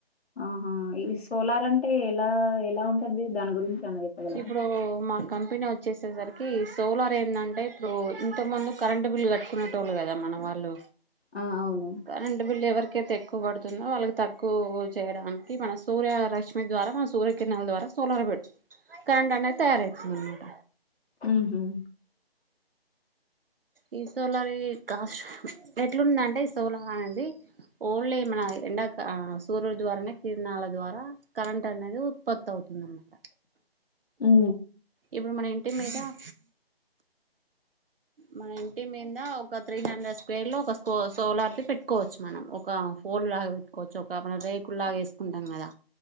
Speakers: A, on the left; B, on the right.
A: ఆహా ఈ సోలార్ అంటే ఎలా ఎలా ఉంటది దాని గురించి ఏమన్నా చెప్పగలరా
B: ఇప్పుడూ మాక్కన్ పినీ వచ్చేసేసరికి సోలార్ ఎందంటే ఇప్పుడూ ఇంతకుముందు కరెంట్ బిల్లు కట్టుకునేటోళ్ళు కదా మన వాళ్ళు
A: ఆ అవును
B: కరెంట్ బిల్లు ఎవర్ ఎక్కువ పడుతుందో వాళ్ళకి తక్ క్ చేయడానికి మన సూర్యరశ్మి ద్వారా మన సూర్యకిరణాల ద్వారా సోలార్ పెడు కరంట్ అనేది తయారైతుందనమాట
A: మ్మ్ హ్మ్
B: ఈ సోలార్ కాస్ ఎట్లుందంటే ఈ సోలార్ అనేది ఓన్లీ మన ఎండాక సూర్యుని ద్వారానే కిరణాల ద్వారా కరెంట్ అనేది ఉత్పత్తి అవుతుంది అనమాట
A: ఉ
B: ఇప్పుడు మన ఇంటి మీద హా మన ఇంటి మింద ఒక త్రీ హండ్రెడ్ స్క్వేర్ లో ఒక సోలార్ తి పెట్టుకోవచ్చు మనం ఒక ఫోల్ లాగా పెట్టుకోవచ్చు ఒక రేకుల్ లాగా వేసుకుంటాం కదా